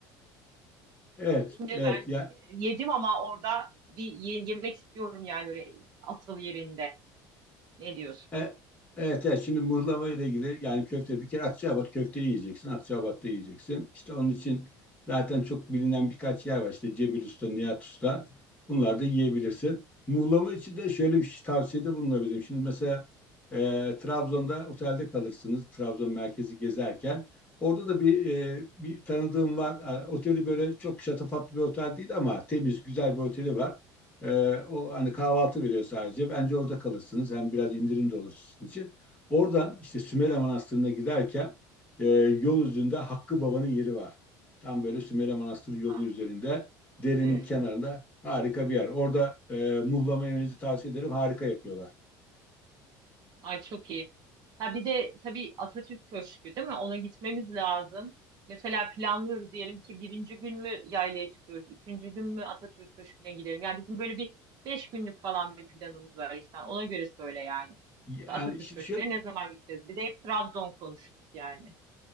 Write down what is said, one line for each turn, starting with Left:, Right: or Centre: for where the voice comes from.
Left: Evet,
Right: ben
Left: evet. Ya
Right: e, yedim ama orada bir ye- yemek istiyorum yani öyle asıl yerinde. Ne diyorsun?
Left: E, Evet, evet. Şimdi mıhlama ile ilgili yani köfte bir kere Akçaabat köfteyi yiyeceksin. Akçaabat'ta yiyeceksin. İşte onun için zaten çok bilinen birkaç yer var. İşte Cebil Usta, Nihat Usta. Bunlar da yiyebilirsin. Mıhlama için de şöyle bir şey- tavsiyede bulunabilirim. Şimdi mesela e, Trabzon'da otelde kalırsınız. Trabzon merkezi gezerken. Orada da bir e, bir tanıdığım var. E, oteli böyle çok şatafatlı bir otel değil ama temiz, güzel bir oteli var. Ee, o hani kahvaltı veriyor sadece. Bence orada kalırsınız. Hem biraz indirim de olur sizin için. Orada işte Sümele Manastırı'na giderken e, yol üzerinde Hakkı Baba'nın yeri var. Tam böyle Sümele Manastırı yolu
Right: Ha,
Left: üzerinde derenin
Right: evet.
Left: kenarında harika bir yer. Orada e, muhlama yemenizi tavsiye ederim. Harika yapıyorlar.
Right: Ay çok iyi. Ha bir de tabii Atatürk Köşkü değil mi? Ona gitmemiz lazım. Mesela planlıyoruz diyelim ki birinci gün mü yaylaya çıkıyoruz, üçüncü gün mü Atatürk Köşkü'ne gidelim. Yani bizim böyle bir beş günlük falan bir planımız var işte. Ona göre söyle yani.
Left: Yani
Right: İşte Atatürk
Left: şu,
Right: Köşkü'ne
Left: şu-
Right: ne zaman gideceğiz? Bir de hep Trabzon konuştuk yani.